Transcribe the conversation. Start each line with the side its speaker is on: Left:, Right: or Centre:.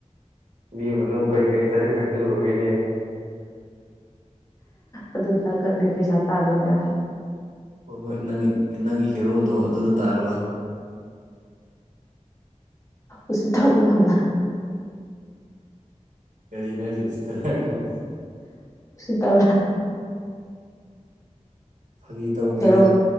Right: ꯕꯤꯕꯅꯨ ꯀꯔꯤ ꯀꯔꯤ ꯆꯥꯁꯤꯟ ꯊꯛꯆꯤꯜꯂꯨꯔꯒꯦꯅꯦ
Left: ꯑꯗꯨ ꯑꯗꯥꯛ ꯈꯪꯗꯦ ꯄꯩꯁꯥ ꯇꯥꯜꯂꯨ ꯃꯌꯥꯝ
Right: ꯍꯣꯏ ꯍꯣꯏ ꯅꯪꯒꯤ ꯅꯪꯒꯤ ꯍꯦꯔꯣꯗꯣ ꯑꯗꯨꯗ ꯇꯥꯍꯜꯂꯣ
Left: ꯎꯁꯤꯠꯇꯕꯣ ꯌꯥꯝꯅ
Right: ꯀꯔꯤꯅꯣ ꯍꯥꯏꯖꯦ ꯍꯧꯖꯤꯛꯇ ꯍꯥꯏꯔꯛ
Left: ꯎꯁꯤꯠꯇꯕ꯭ꯔ
Right: ꯐꯥꯒꯤ ꯇꯧꯕꯅꯤꯗ
Left: ꯍꯦꯔꯣ